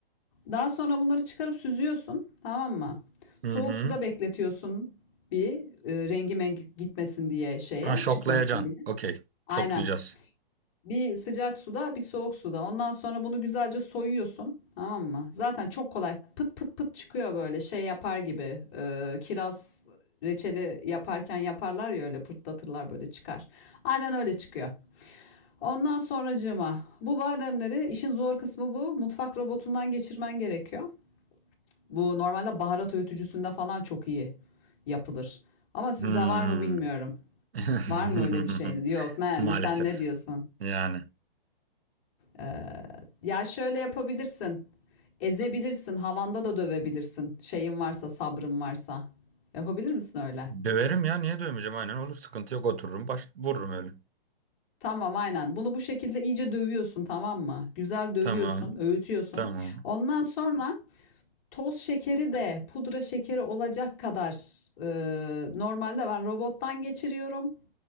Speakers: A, on the left; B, on the right.
A: Daha sonra bunları çıkarıp süzüyorsun. Tamam mı? Soğuk
B: Hı hı.
A: suda bekletiyorsun bir e, rengi mengi gitmesin diye şeye
B: Ha şoklayacaksın.
A: çıkmasın diye.
B: Okey.
A: Aynen.
B: Şoklayacağız.
A: Bir sıcak suda, bir soğuk suda. Ondan sonra bunu güzelce soyuyorsun. Tamam mı? Zaten çok kolay. Pıt pıt pıt çıkıyor böyle şey yapar gibi. e, kiraz reçeli yaparken yaparlar ya öyle pırtlatırlar böyle çıkar. Aynen öyle çıkıyor. Ondan sonracığıma bu bademleri işin zor kısmı bu. Mutfak robotundan geçirmen gerekiyor. Bu normalde baharat öğütücüsünde falan çok iyi yapılır. Ama sizde
B: Hmm.
A: var mı bilmiyorum.
B: <laughs>
A: Var mı öyle bir şeyiniz? Yok, ne,
B: Maalesef.
A: sen ne diyorsun?
B: Yani.
A: Ee, ya şöyle yapabilirsin. Ezebilirsin, havanda da dövebilirsin. Şeyin varsa, sabrın varsa. Yapabilir misin öyle?
B: Döverim ya niye dövmeyeceğim aynen olur sıkıntı yok otururum baş vururum öyle.
A: Tamam, aynen. Bunu bu şekilde iyice dövüyorsun, tamam mı? Güzel dövüyorsun,
B: Tamam.
A: öğütüyorsun.
B: Tamam.
A: Ondan sonra toz şekeri de pudra şekeri olacak kadar e, normalde ben robottan geçiriyorum.